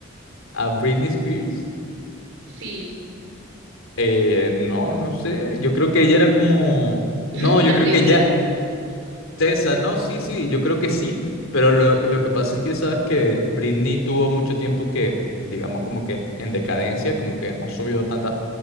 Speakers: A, on the left; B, on the right.
A: ¿A Britney Spears?
B: Sí,
A: Eh, no, no sé. Yo creo que ella era como.
B: <laughs>
A: No, yo
B: la
A: creo
B: princesa.
A: que ya. Tessa, no, sí, sí, yo creo que sí. Pero lo, lo que pasa es que sabes que Britney tuvo mucho tiempo que, digamos, como que en decadencia, como que no subió tantas,